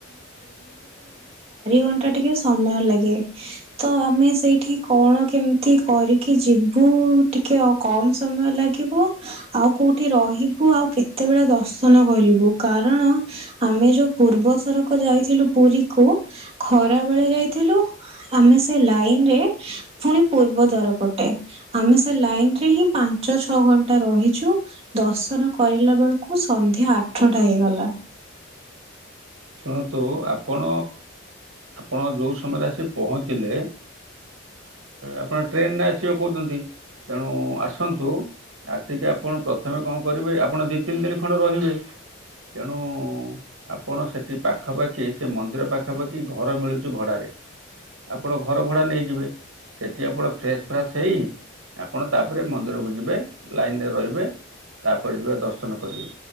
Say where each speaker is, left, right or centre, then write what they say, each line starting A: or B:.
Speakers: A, on the right; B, on the right.
A: ଘଣ୍ଟା ଟିକେ ସମୟ ଲାଗେ ତ ଆମେ ସେଇଠି କଣ କେମିତି କରିକି କି ଯିବୁ ଟିକେ କମ ସମୟ ଲାଗିବ ଆଉ କୋଉଠି ରହିବୁ ଆଉ କେ କେତେବେଳେ ଦର୍ଶନ କରିବୁ କାରଣ ଆମେ ଯୋଉ ପୂର୍ବଥରକ ଯାଇଥିଲୁ ପୁରୀକୁ ଖରା ବେଳେ ଯାଇଥିଲୁ ଆମେ ସେ ଲାଇନ ରେ ପୁଣି ପୂର୍ବ ଦ୍ୱାର ପ ଟେ ଆମେ ସେ ଲାଇନ୍ ରେ ହିଁ ପାଞ୍ଚ ଛଅ ଘଣ୍ଟା ରହିଛୁ ଦର୍ଶନ କରିଲା ପ ବେଳକୁ ସନ୍ଧ୍ୟା ଆଠଟା ହେଇଗଲା।
B: ଶୁଣନ୍ତୁ ଆପଣ ଆପଣ ଯେଉଁ ସମୟରେ ଆସି ପହଞ୍ଚିଲେ ଆପଣ ଟ୍ରେନରେ ଆସିବେ କହୁଛନ୍ତି, ତେଣୁ ଆସନ୍ତୁ ଆସିକି ଆପଣ ପ୍ରଥମେ କଣ କରିବେ ଆପଣ ଦି ତିନି ଦିନ ଖଣ୍ଡ ରହିବେ ତେଣୁ ଆପଣ ସେ ପାଖାପାଖି ସେ ମନ୍ଦିର ପାଖାପାଖି ଘର ମିଳୁଛି ଭଡାରେ ଆପଣ ଘର ଭଡା ନେଇଯିବେ ସେଠି ଆପଣ ଫ୍ରେଶ ଫ୍ରାସ ହେଇ ଆପଣ ତାପରେ ମନ୍ଦିରକୁ ଯିବେ ଲାଇନରେ ରହିବେ ତାପରେ ଯିବା ଦର୍ଶନ କରିବେ